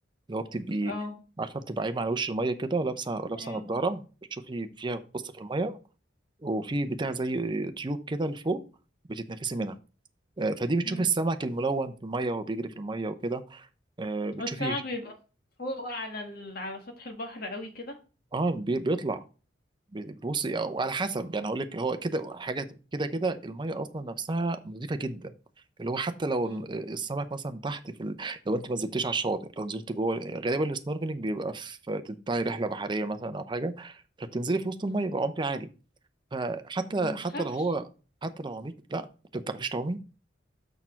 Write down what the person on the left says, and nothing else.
اه
ايوه
امم
السمك بيبقى فوق على ال... على سطح البحر قوي كده
مم.
مم.
ما
بتخافش